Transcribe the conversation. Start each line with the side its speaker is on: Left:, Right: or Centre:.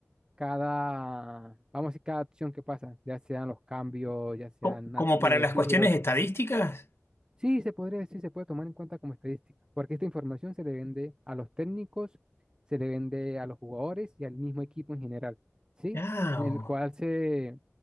Right: cada, vamos a decir, cada acción que pasa, ya sean los cambios, ya sean
Left: Co- ¿Como
Right: ac- eh,
Left: para las
Right: tiros,
Left: cuestiones estadísticas?
Right: Sí, se podría decir, se puede tomar en cuenta como estadística, porque esta información se le vende a los técnicos, se le vende a los jugadores y al mismo equipo en general, ¿sí?
Left: Ah,
Right: En
Left: o-
Right: el cual se,